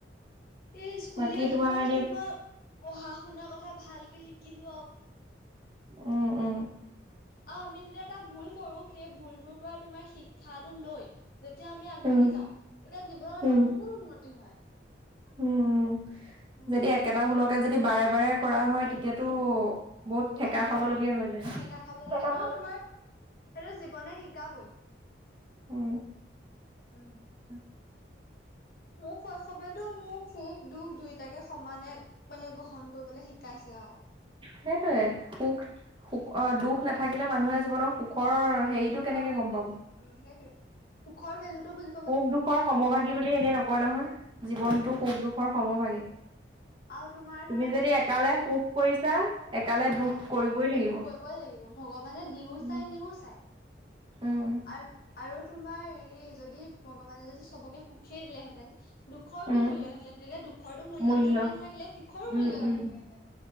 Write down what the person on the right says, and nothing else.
বাকী
তোমাৰ এনে
অ অ
উম
উম
উম
উম
যদি একেটা ফুলকে যদি বাৰে বাৰে কৰা হয় তেতিয়াতো বহুত থঠেকা
খাব
লগগীয়া হৈ যায়
খ
উম
উ
সেইটোয়ে সুখ সুখ দুখ নাথাকিলে মানুহে জীৱন সুখৰ হেৰিতটো
কেনেকে
গম
পাব
সুখ দুখৰ সমভাগী বুলি এনে নকয় নহয় জীৱনতটো
সুখ দুখৰ সমভাগী
তুমি
যদি একালে সুখ কৰিছা একালে দুখ
কৰিবই লাগিব।
উম।
উম,
উম,
মূল্য
উম,
উম,